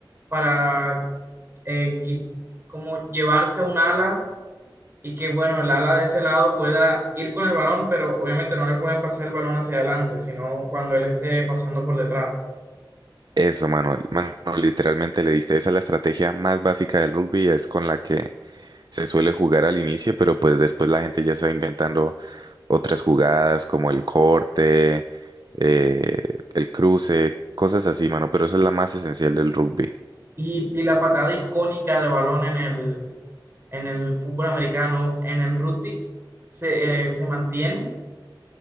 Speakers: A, on the right; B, on the right.
A: para eh, quis- como llevarse un ala y que bueno, el ala de ese lado pueda ir con el balón, pero obviamente no le pueden pasar el balón hacia adelante, sino cuando él esté pasando por detrás.
B: Eso, mano. Mano, literalmente le diste. Esa es la estrategia más básica del rugby. Es con la que se suele jugar al inicio, pero pues después la gente ya está inventando otras jugadas como el corte, eh, el cruce, cosas así, mano. Pero esa es la más esencial del rugby.
A: Y, y la patada icónica de balón en el, en el fútbol americano, en el rugby, se, eh, se mantiene.